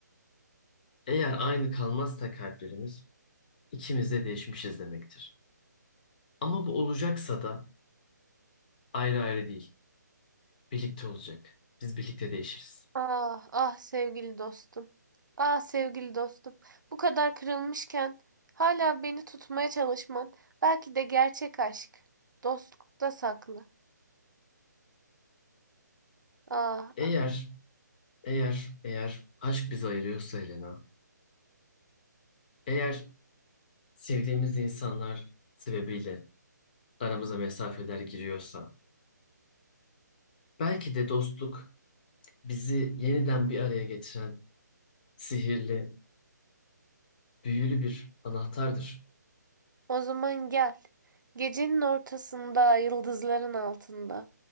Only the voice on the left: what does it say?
Eğer aynı kalmazsa kalplerimiz, ikimiz de değişmişiz demektir. Ama bu olacaksa da ayrı ayrı değil, birlikte olacak. Biz birlikte değişiriz.
Eğer,
eğer, eğer aşk bizi ayırıyorsa Helena, eğer sevdiğimiz insanlar sebebiyle aramıza mesafeler giriyorsa, belki de dostluk bizi yeniden bir araya getiren sihirli, büyülü bir anahtardır.